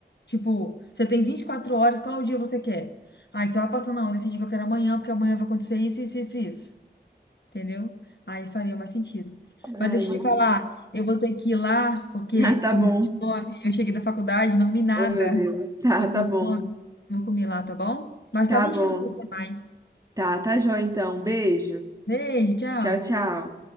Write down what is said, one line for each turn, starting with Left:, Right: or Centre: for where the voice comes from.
Left: Tipo, você tem 24 horas, qual o dia você quer? Aí você vai passando, não, eu decidi que eu quero é amanhã, porque amanhã vai acontecer isso, isso, isso, isso. Entendeu? Aí faria mais sentido.
Right: Ai,
Left: Mas deixa
Right: meu
Left: eu te falar,
Right: Deus.
Left: eu vou ter que ir lá, porque
Right: Ah, tá
Left: eu tô
Right: bom.
Left: morrendo de fome. Eu cheguei da faculdade, não comi nada.
Right: Oh, meu Deus. Tá,
Left: Tô
Right: tá
Left: com
Right: bom.
Left: fome. Vou comer lá, tá bom? Mais
Right: Tá
Left: tarde
Right: bom.
Left: a gente tenta conversar mais.
Right: Tá, tá jóia então. Beijo.
Left: Beijo, tchau.
Right: Tchau, tchau.